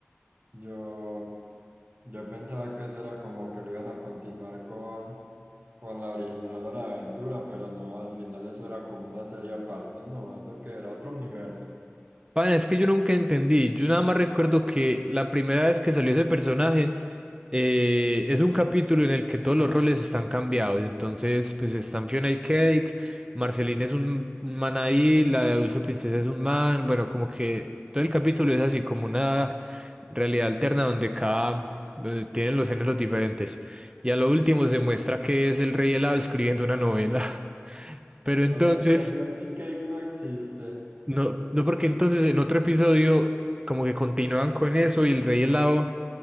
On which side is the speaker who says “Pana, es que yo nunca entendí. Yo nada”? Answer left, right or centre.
Right